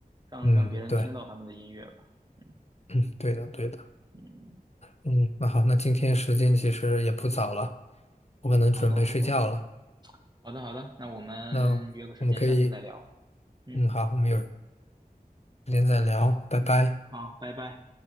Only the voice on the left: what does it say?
嗯，对，
嗯，对的对的，
嗯，那好，那今天时间其实也不早了，我可能准备睡觉了，
那我们可以。
嗯，好，我们有时间再聊，拜拜。